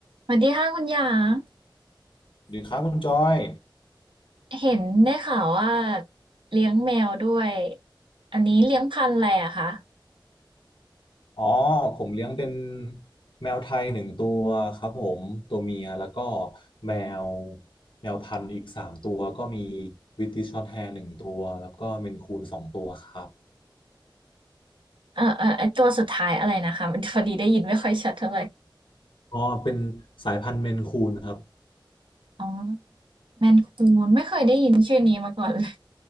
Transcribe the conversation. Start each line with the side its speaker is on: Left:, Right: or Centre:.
Right: สวัสดีค่ะคุณหยาง
Left: สวัสดีครับคุณจอย
Right: เห็นได้ข่าวว่าเลี้ยงแมวด้วยอันนี้เลี้ยงพันธุ์อะไรอะคะ
Left: อ๋อผมเลี้ยงเป็นแมวไทยหนึ่งตัวครับผมตัวเมียแล้วก็แมวแมวพันธุ์อีกสามตัวก็มีวิตติชช็อร์ตแฮร์หนึ่งตัวแล้วก็เมนคูนสองตัวครับ
Right: เออเออไอตัวสุดท้ายอะไรนะคะมันพอดีได้ยินไม่ค่อยชัดเท่าไหร่
Left: อ๋อเป็นสายพันธุ์เมนคูนครับ
Right: อ๋อแมนคูนไม่เคยได้ยินชื่อนี้มาก่อนเลย